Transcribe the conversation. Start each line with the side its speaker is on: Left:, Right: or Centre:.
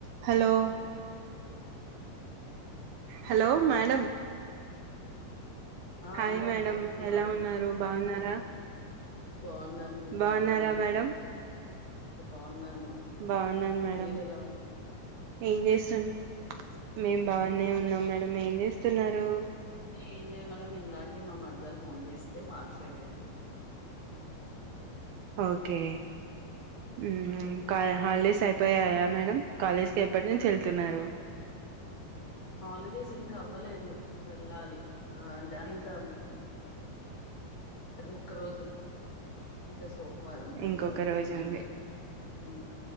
Right: Hello hello madam?
Left: ఆ
Right: hi
Left: madam చెప్పండి మేడం
Right: ఎలా ఉన్నారు బాగున్నారా
Left: ఆ బావున్నాను మీరు
Right: బాగున్నారా
Left: బావున్నారా?
Right: మేడం
Left: బాగున్నాను
Right: బాగున్నాను మేడం
Left: మీరెలా ఉ.
Right: ఏం చేస్తున్ మేం బాగునే ఉన్నాం మేడం ఏం చేస్తున్నారు.
Left: ఏం లేదు మేడం ఇందాకే మా మరదలు ఫోన్ చేస్తే మాట్లాడాను.
Right: ఓకే
Left: ఉమ్.
Right: ఊహు క హాలీడేస్ అయ్. అయియాయా మేడం కాలేజ్కి ఎప్పటి నుంచి వెళ్తున్నారు.
Left: హాలిడేస్ ఇంకా అవ్వలేదు వెళ్ళాలి ఆ అంటే ఇంకా. ముక్క రోజు. ఇంకా సోమవారం వెళ్లాలి
Right: ఇంకొక రోజు
Left: మండే
Right: ఉంది
Left: హ.